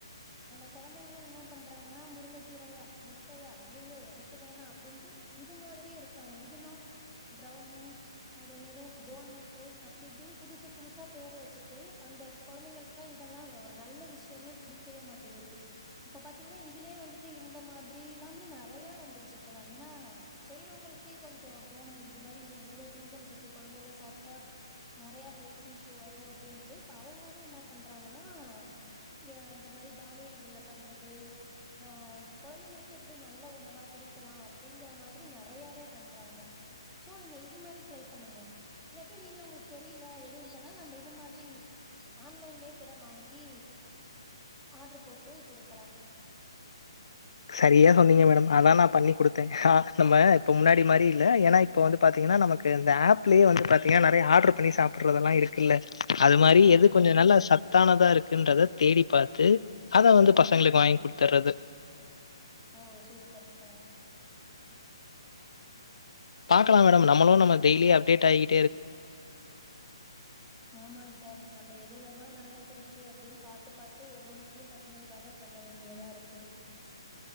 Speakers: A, in the centre; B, on the left.
A: அந்த கொழந்தைங்கலா என்னா பண்றாங்கனா முருங்கக்கீரையா முட்டையா ஐயயோ எனக்கு வேணா அப்டின்ட்டு இது மாதிரியே இருக்காங்க இதுன்னா பிரௌனி அது என்னது டோனட்டு அப்டி இப்டின் புதுசு புதுசா பேரு வச்சுட்டு அந்த கொழந்தைங்களுக்லா இதல்லா ஒரு நல்ல விஷ்யமே புடிக்கவே மாட்டெங்குது இப்ப பாத்தீங்னா இதுலயே வந்துட்டு இந்த மாதிரில்லாமே நறைய வந்துருச்சு இப்பல்லா ஏனா செய்றவுங்களுக்கே கொஞ்சொ தோணுது இது மாரி இதுல இவ்வுளோ கெடுதல்ருக்கு கொழந்தைங்க சாப்டா நெறையா ஹெல்த் இஷ்யூ வரு அப்டின்ட்டு இப்ப அவுங்களா அ என்ன பண்றாங்கன்னா ய இந்த மாரி தானியங்கள்ல பண்றது ஆ கொழந்தைங்களுக்கு எப்படி நல்ல உணவா குடுக்கலா அப்படிங்கற மாதிரி நிறையாவே பண்றாங்க சோ நீங்க இது மாரி டரை பண்ணுங்க இல்லாட்டி நீங்க உங்களுக்கு தெரியில எதுவு இல்லன்னா நம்ம இது மாதிரி ஆன்லைன்லயே கூட வாங்கி ஆர்டரு போட்டு கொடுக்கலா
B: சரியா சொன்னீங்க மேடம் அதா நா பண்ணி கொடுத்தே அ நம்ம இப்ப முன்னாடி மாரி இல்ல ஏன்னா இப்ப வந்து பாத்தீங்கன்னா நமக்கு இந்த ஆப்லயே வந்து பாத்தீங்கன்னா நெறைய ஆர்டர் பண்ணி சாப்பிறதெல்லா இருக்கு இல்ல அது மாரி
A: ஆமாங்க
B: எது
A: சார்
B: கொஞ்சோ நல்லா சத்தானதா இருக்குன்றத தேடி பாத்து அதா
A: ம்
B: வந்து பசங்களுக்கு வாங்கி கொடுத்துர்றது
A: ஓ சூப்பர் சார்
B: பாக்கால மேடம் நம்மளும் நம் டெய்லி அப்டேட் ஆகிட்
A: ஆமாங்க சார் நம்ம எதுலதா நல்லது இருக்கு அப்படின் பாத்து பத்து ஒன்னொன்னுத்தையு பசங்களுக்காக பண்ண வேண்டியதா இருக்குது